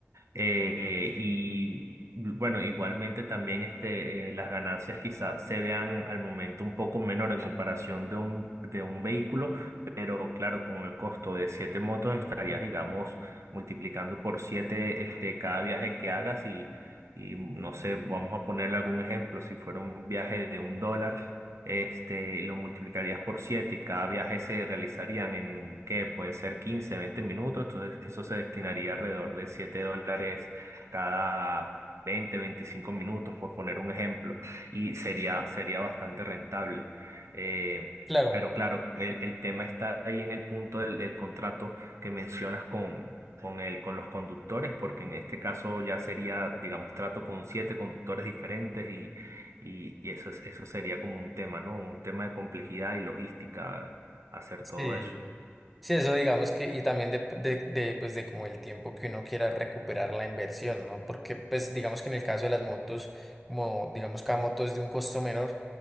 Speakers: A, on the right; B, in the centre.
A: Eh, y bueno, igualmente también este, eh, las ganancias quizás se vean al momento un poco menor en comparación de un, de un vehículo, pero claro, con el costo de siete motos estarías, digamos, multiplicando por siete este, cada viaje que hagas y, y no sé, vamos a ponerle algún ejemplo, si fuera un viaje de un dólar este, lo multiplicarías por 7 y cada viaje se realizarían en, ¿qué? Pueden ser 15 20 minutos, entonces eso se destinaría alrededor de 7 dólares cada 20 25 minutos, por poner un ejemplo, y sería, sería bastante rentable. Eh,
B: Claro,
A: pero claro, el, el tema está ahí en el punto del, del contrato que mencionas con... Con el, con los conductores, porque en este caso ya sería, digamos, trato con siete conductores diferentes y, y eso, es- eso sería como un tema, ¿no? Un tema de complejidad y logística, hacer
B: sí,
A: todo eso.
B: Sí, eso digamos que, y también de, de, de, pues de como el tiempo que uno quiera recuperar la inversión, ¿no? Porque pues digamos que en el caso de las motos, como digamos cada moto es de un costo menor,